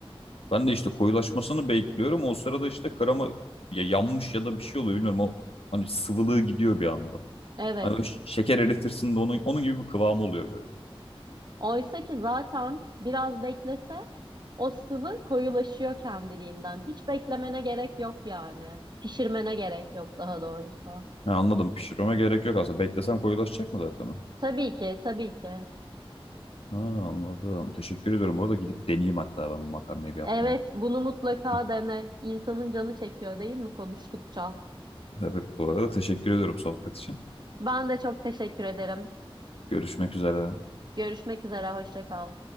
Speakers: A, on the left; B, on the right.
A: Ben de işte koyulaşmasını bekliyorum. O sırada işte krema ya yanmış ya da bir şey oluyor bilmiyorum. O hani sıvılığı gidiyor bir anda.
B: Evet.
A: Hani böyle ş- şeker eritirsin de onun, onun gibi bir kıvamı oluyor böyle.
B: Oysa ki zaten biraz beklese o sıvı koyulaşıyor kendiliğinden. Hiç beklemene gerek yok yani. Pişirmene gerek yok daha doğrusu.
A: Ha, anladım. Pişirmeme gerek yok aslında. Beklesem koyulaşacak mı zaten o?
B: Tabii ki, tabii ki.
A: Ha, anladım. Teşekkür ediyorum. Bu arada gidip deneyeyim hatta ben bu makarnayı bir yapmayı.
B: Evet, bunu mutlaka
A: <laughs>
B: dene. İnsanın canı çekiyor değil mi konuştukça?
A: Evet bu arada teşekkür ediyorum sohbet için.
B: Ben de çok teşekkür ederim.
A: Görüşmek üzere.
B: Görüşmek üzere, hoşça kal.